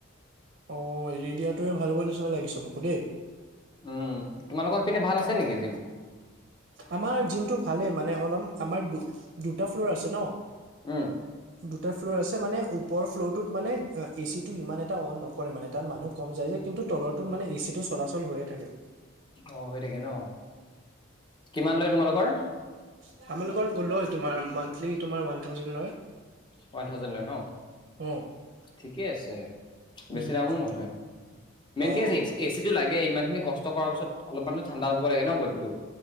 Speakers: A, on the right; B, on the left.
A: অ এৰিদিয়াটোৱে ভাল হব নিচিনা লাগিছে মোকো দেই।
B: উম তোমালোকৰ হেপিনে ভাল আছে নেকি যিম?
A: আমাৰ জিমটো ভালে মানে অলম আমাৰ দু দুটা ফ্ল'ৰ আছে ন।
B: উম।
A: দুটা ফ্ল'ৰ আছে মানে ওপৰ ফ্ল'ৰ টোত মানে এ এচি টো ইমান এটা অন নক কৰে মানে তাত মানুহ কম যায় যে কিন্তু তলৰটোত মানে এ চি টো চলাচল হৈয়ে থাকে।
B: অ হয় থাকে ন কিমান লই তোমালোকৰ?
A: তামানলোকৰ গ'লো হয় তোমাৰ মানথলি তোমাৰ ওৱান থাউজেন লয়।
B: ওৱান থাউজেণ্ড লয় ন
A: অ।
B: ঠিকেই আছে।
A: উম।
B: বেছি দামো নহয় মেইনকে
A: অ
B: এটচ এচ এচি টো লাগে ইমানখিনি কষ্ট কৰাৰ পিছত অলপমানো ঠণ্ডা হব লাগে ন বদিটো।